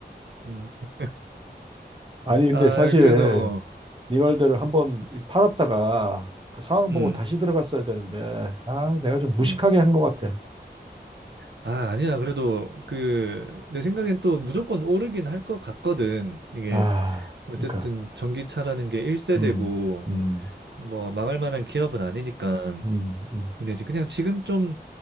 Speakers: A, on the right (about 80°); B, on the right (about 30°).
A: 음
B: 아니, 근데
A: 아
B: 사실
A: 그래서 어,
B: 네 말대로 한번 팔았다가 그 상황
A: 음
B: 보고 다시 들어갔어야 되는데, 아, 내가 좀 무식하게
A: 음
B: 한 것 같아.
A: 아, 아니야. 그래도 그 내 생각엔 또 무조건 오르긴 할 것 같거든. 이게
B: 아,
A: 어쨌든
B: 그러니까,
A: 전기차라는 게 1세대고
B: 음, 음,
A: 뭐 망할 만한 기업은 아니니까.
B: 음, 음.
A: 근데 이제 그냥 지금 좀